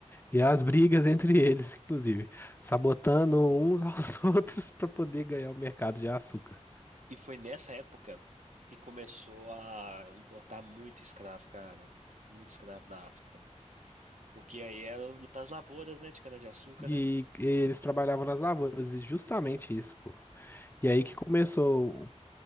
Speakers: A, on the left; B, on the right.
A: E as brigas entre eles, inclusive, sabotando uns aos <laughs> outros para poder ganhar o mercado de açúcar.
B: E foi nessa época que começou a importar muito escravo, cara. Muito escravo da África. Porque aí era pras lavouras, né, de cana-de-açúcar,
A: E,
B: né?
A: e eles trabalhavam nas lavouras, e justamente isso, pô. E aí que começou